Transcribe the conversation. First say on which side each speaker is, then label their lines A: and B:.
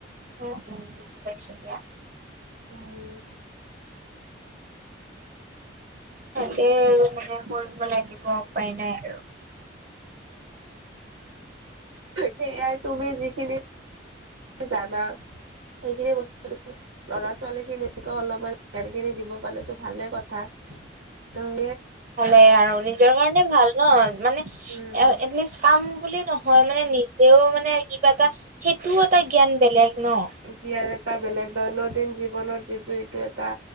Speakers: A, on the right; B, on the right.
A: অ, উ বাইছিয়া।
B: উম,
A: তাকেই আৰু মানে কৰিব লাগিব উপায় নাই আৰু।
B: সেয়াই তুমি যিখিনি জানা? সেইখিনি বস্তু ল'ৰা-ছোৱালী খিনিকে অলপমান ধ্যান খিনি দিব পালো ভালে কথা। অ।
A: ভালে আৰু নিজৰ কাৰণে ভাল ন মানে
B: অ
A: এটলিষ্ট কাম বুলি ন। মানে নিজেও মানে কিবা এটা সেইটোও এটা জ্ঞান বেলেগ ন
B: কি এটা বেলেগ দৈনন্দিন জীৱনৰ যিটো এ,